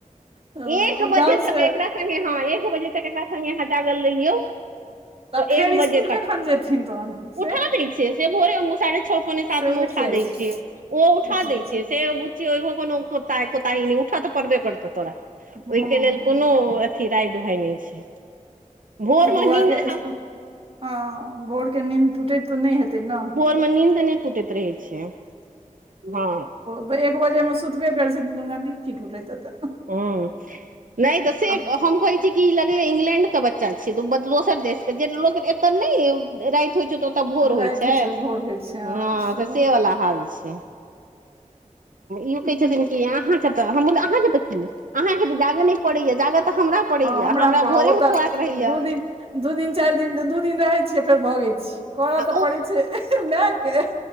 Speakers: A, on the right; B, on the right.
A: अ,
B: एक बजे
A: डांस
B: तक एकरा संगे हँ एक बजे तक एकरा सङ्गे अहाँ जागल रहियौ तऽ
A: फेर
B: एक बजे
A: इसकुल
B: तक
A: कखन जेथिन तहन से
B: उठा दै छियै से भोरे हम साढ़े छौ पौने सातमे
A: से उठि
B: उठा
A: जाइ
B: दै
A: छै
B: छियै ओ उठा
A: उठि जाइ
B: दै छै से बुझ ओहि <unintelligible> ताहि नहि उठऽ तऽ पड़बे करतौ तोरा ओहिके
A: हँ
B: लेल कोनो अथी राय दुहाय नय छै भोरमे
A: बौआके
B: नींद
A: इसकुल हँ भोरके नीन्द टूटति तऽ नय हेतै न
B: हमर नीन्द नय टूटति रहै छै हँ
A: ओएक बजेऐहेतै सुतबे करैतहेतै। तओकरा निदकी टूटेत हेतै-
B: हँ नहि तऽ से
A: आब
B: हम कहै छी कि लगैय इंग्लैंड के बच्चा चल छी। दोसर देशके जे लोक एतऽ नहि राईत होइत छैय त भोर होइ
A: राति
B: छै।
A: भोर होइ छै
B: हँ
A: सेहो
B: त से
A: हेतै
B: वला हाल छै। इहो
A: हँ
B: कहै छथिन कि अहाँके कि तऽ अहाँके जाग नहि पड़ैय जाग उठो तऽ हमरा पड़ैयेहमरा
A: हमरा
B: भोरे
A: ओ तऽ
B: उठबाक के रहैये
A: दू दिन दू दिन चारि दिन दू दिन रहैत छियै फेर भगैत छियै करय
B: आ
A: तऽ पड़ैत छै मायके।